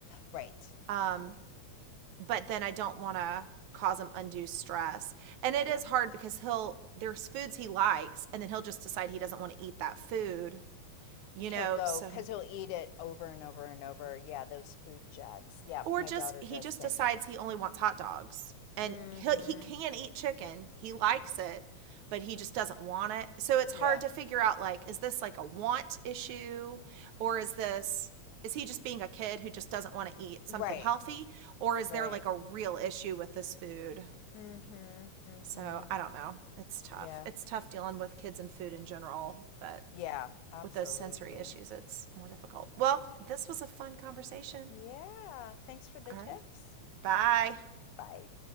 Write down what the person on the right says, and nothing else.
Um, but then I don't want to cause him undue stress. And it
is hard because he'll there's foods he likes and then he'll just decide he doesn't want to eat that food, you
know,
so
or
just
he
just
decides
he only wants hot dogs. And
he he can eat chicken. He likes it, but he just doesn't want it. So it's
hard to figure out like is this like a want issue or is this is he just being a kid who just doesn't want to eat something
healthy or is
there like a real issue with this food?
So I don't know. It's tough.
It's tough dealing with kids and food in general, but
with those sensory issues, it's more difficult. Well, this was a fun conversation.
All
right. Bye.